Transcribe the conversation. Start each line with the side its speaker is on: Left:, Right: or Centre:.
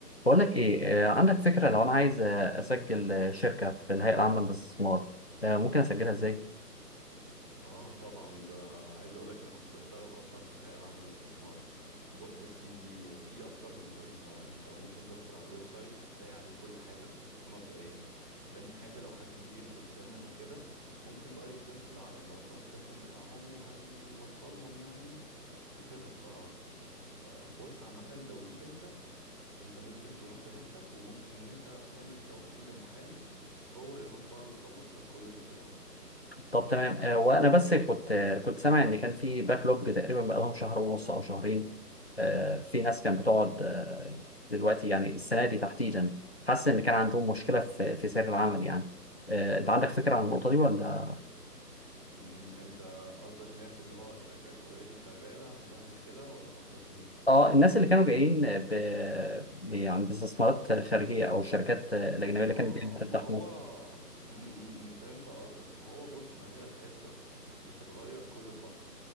Left: بقولك ايه آه، عندك فكرة لو انا عايز آه، اسجل آه، شركة في الهيئة العامة للاستثمار آه، ممكن اسجلها ازاي؟
Right: اه طبعا ده عايز اقول لك انا كنت بشتغل اصلا في الهيئه العامه للاستثمار بص يا سيدي في اكتر من طريقه انت ممكن تدخل على الويب سايت هتلاقي عليه كل حاجه ده مبدئيا تاني حاجه لو حد كبير في السن او كده ممكن بقى يتصل على الرقم الساخن بتاعهم وهيوصلهم يعني بكده ف بص عامه لو ليك انت انت ممكن تروح بنفسك وممكن ان انت تعمل توكيل لمحامي هو يروح بقى ويخلص لك كل الاجراءات
Left: طب تمام آه، وانا بس كنت آه، كنت سامع ان كان في باكلوج تقريبا بقالهم شهر ونص او شهرين آه، في ناس كانت بتقعد آه، دلوقتي يعني السنة دي تحديدا حاسس ان كان عندهم مشكلة في في سير العمل يعني آه، انت عندك فكرة عن النقطة دي ولا؟
Right: مم، انت قصدك ناس اللي هو شركات اوريدي شغالة عندها مشكلة ولا قصدك ايه
Left: اه الناس اللي كانوا جايين ب... ب- يعني باستثمارات خارجية او الشركات آه، الاجنبية اللي
Right: اه
Left: كانت بتفتح
Right: ما هو
Left: في مصر
Right: امم فهمت قصدك ما هو بص ما هي الحسبة بتتغير كل فترة